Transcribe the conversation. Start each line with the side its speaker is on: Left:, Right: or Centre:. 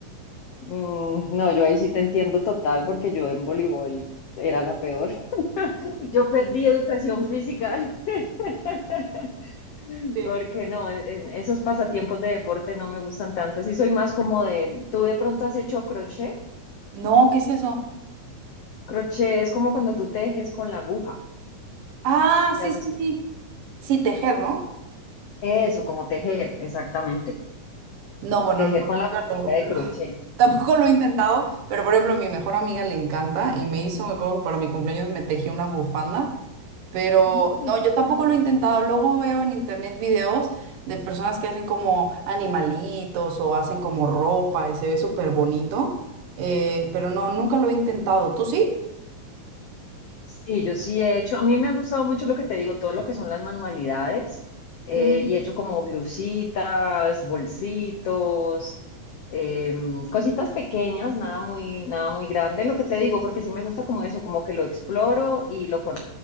Left: No, yo ahí sí te entiendo total porque yo en voleibol era la peor. Yo perdí educación física. <laughs>
Right: Sí.
Left: Porque no, en esos pasatiempos de deporte no me gustan tanto. Sí soy más como de, ¿tú de pronto has hecho crochet?
Right: No, ¿qué es eso?
Left: Crochet es como cuando tú tejes con la aguja.
Right: Ah,
Left: Y
Right: sí,
Left: haces
Right: sí, sí. Sí, tejer, ¿no?
Left: eso, como tejer, exactamente.
Right: No, bueno,
Left: Tejer
Right: no,
Left: con la agujita
Right: nunca lo-
Left: de
Right: lo-
Left: crochet.
Right: <laughs> tampoco lo he intentado, pero por ejemplo, a mi mejor amiga le encanta y me hizo, me acuerdo que para mi cumpleaños me tejió una bufanda, pero
Left: Mm.
Right: no, yo tampoco lo he intentado. Luego veo en internet videos de personas que hacen como animalitos o hacen como ropa y se ve súper bonito, eh, pero no, nunca lo he intentado. ¿Tú sí?
Left: Sí, yo sí he hecho, a mí me ha gustado mucho lo que te digo, todo lo que son las manualidades, eh,
Right: Mm,
Left: y he hecho como blusitas, bolsitos, em, cositas pequeñas, nada muy, nada muy grande, lo que te digo, porque sí me gusta como eso, como que lo exploro y lo con